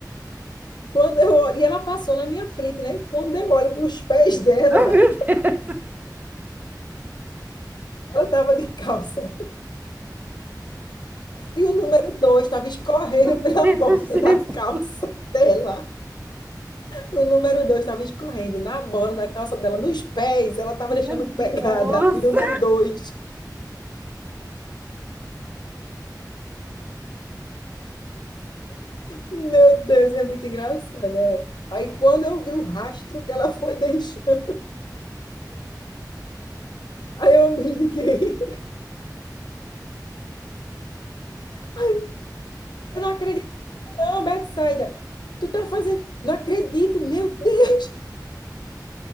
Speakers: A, on the left; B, on the right.
A: Quando eu olho, e ela passou na minha frente, né? Quando eu olho para os pés dela,
B: Ai, meu Deus.
A: ela tava de calça. E o número dois estava escorrendo
B: Meu
A: pela
B: Deus,
A: borda
B: Jesus.
A: da calça dela. O número dois estava escorrendo na borda da calça dela, nos pés. Ela estava
B: Minha
A: deixando pegada
B: nossa.
A: de número dois. Meu Deus, é muito engraçado, né? Aí quando eu vi o rastro que ela foi deixando, aí eu me liguei. Ai, eu não acredito, não, Betsaida. Tu tá fazendo. Não acredito, meu Deus.